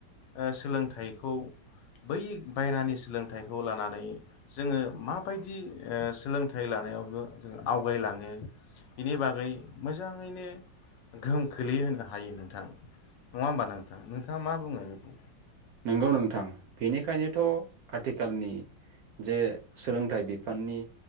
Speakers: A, on the left; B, on the right.
A: ओ सोलोंथाइखौ बै बायहेरानि सोलोंथाइखौ लानानै जोङो माबायदि ओ सोलोंथाइ लानायावबो ओ आवगायलाङो बेनि बागै मोजाङैनो गोहोम खोलैहोनो हायो नोंथां। नङा होम्बा नोंथां। नोंथाङा मा बुङो बेखौ?
B: नंगौ नोंथां बेनिखायनोथ' आथिखालनि जे सोलोंथाइ बिफाननि